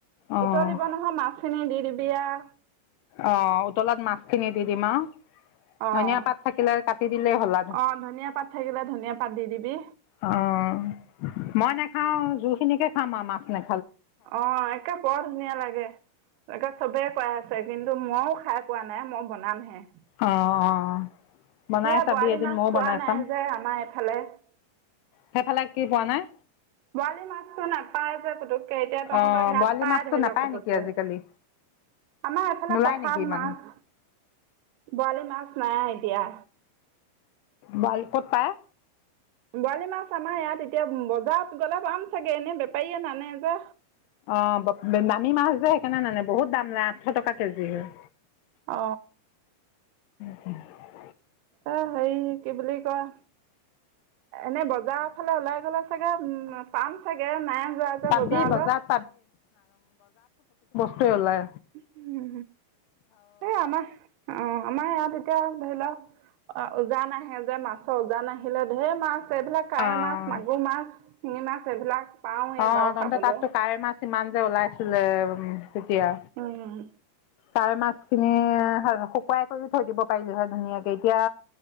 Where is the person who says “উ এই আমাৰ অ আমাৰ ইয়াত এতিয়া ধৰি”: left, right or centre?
Right